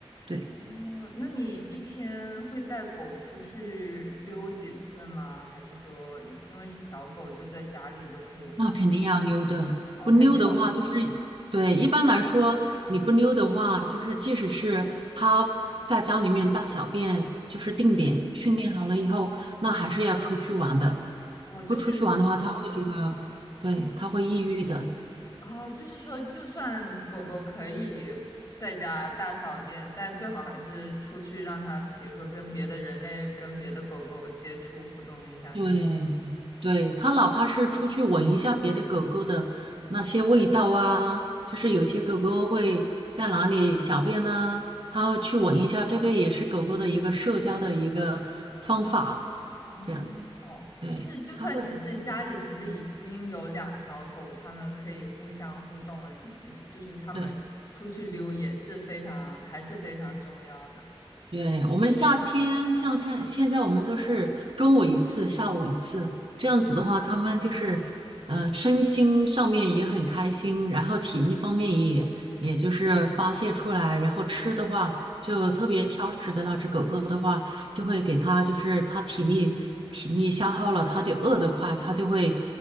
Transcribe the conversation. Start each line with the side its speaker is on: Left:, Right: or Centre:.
Right: 对。
Left: 哦，那你一天会带狗出去溜几次吗？还是说，因为是小狗，就在家里就可以不用溜了？
Right: 那肯定要溜的，
Left: 哦，
Right: 不溜的话嗯就是，
Left: 还是要溜。
Right: 对，一般来说你不溜的话，就是即使是它在家里面大小便，就是定点训练好了以后，那还是要出去玩的。
Left: 哦，就是
Right: 不出去玩的话，他会觉得，对，他会抑郁的。
Left: 啊，就是说，就算狗狗可以在家大小便，但最好还是出去让它，比如说跟别的人类、跟别的狗狗接触互动一下，
Right: 对，
Left: 是这样。
Right: 对，它哪怕是出去闻一下别的狗狗的那些味道啊，就是有些狗狗会在哪里小便呢、它去闻一下，这个也是狗狗的一个社交的一个方法。
Left: 哦，
Right: 这样子，对，
Left: 就是就算你是家里其实已经有两条狗，
Right: 它会，
Left: 它们可以互相互动了，你你就是它们出去溜也是非常还是非常重要的，
Right: 对，对，
Left: 对，
Right: 我们夏天像现现在我们都是中午一次，下午一次，这样子的话，他们就是，
Left: 嗯
Right: 呃，身心上面也很开心，然后体力方面也也就是发泄出来，然后吃的话就特别挑食的那只狗狗的话，就会给它就是它体力体力消耗了，它就饿得快，它就会